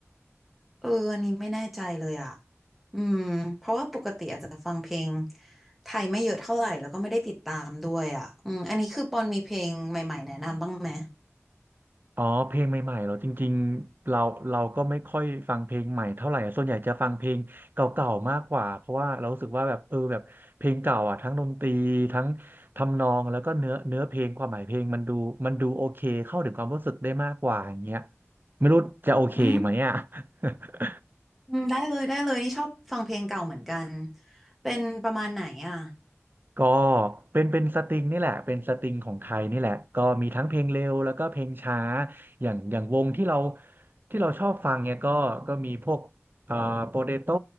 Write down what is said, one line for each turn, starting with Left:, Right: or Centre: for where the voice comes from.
Centre: เอออันนี้ไม่แน่ใจเลยอ่ะอืมเพราะว่าปกติอาจจะฟังเพลงไทยไม่เยอะเท่าไหร่แล้วก็ไม่ได้ติดตามด้วยอ่ะอืมอันนี้คือปอนมีเพลงใหม่ๆแนะนำบ้างไหม
Right: อ๋อเพลงใหม่ๆเหรอจริงๆเราเราก็ไม่ค่อยฟังเพลงใหม่เท่าไหร่อะส่วนใหญ่จะฟังเพลงเก่าๆมากกว่าเพราะว่าเรารู้สึกว่าแบบเออแบบเพลงเก่าอ่ะทั้งดนตรีทั้งทำนองแล้วก็เนื้อเนื้อเพลงความหมายเพลงมันดูมันดูโอเคเข้าถึงความรู้สึกได้มากกว่าอย่างเงี้ยไม่รู้จะโอเคไหมอ่ะ
Centre: อืม
Right: <laughs>
Centre: อืมได้เลยได้เลยนี่ชอบฟังเพลงเก่าเหมือนกันเป็นประมาณไหนอ่ะ
Right: ก็เป็นเป็นสตริงนี่แหละเป็นสตริงของไทยนี่แหละก็มีทั้งเพลงเร็วแล้วก็เพลงช้าอย่างอย่างวงที่เราที่เราชอบฟังเนี่ยก็ก็มีพวกเอ่าโปเตโต้